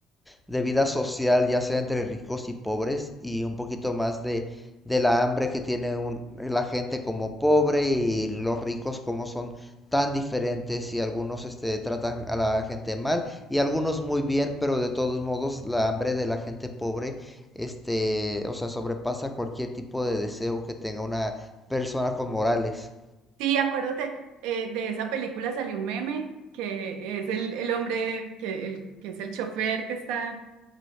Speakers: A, in the centre; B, on the right.
A: de vida social, ya sea entre ricos y pobres, y un poquito más de, de la hambre que tiene un- la gente como pobre y los ricos como son tan diferentes y algunos este, tratan a la gente mal y algunos muy bien, pero de todos modos la hambre de la gente pobre, este, o sea, sobrepasa cualquier tipo de deseo que tenga una persona con morales.
B: Sí, acuérdate, eh, de esa película salió un meme que es el, el hombre, que, el, que es el chofer que está,